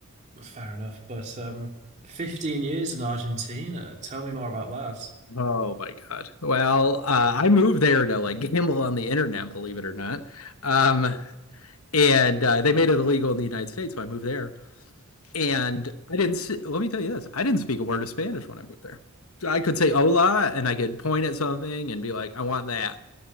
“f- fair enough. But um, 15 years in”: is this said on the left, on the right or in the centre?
Right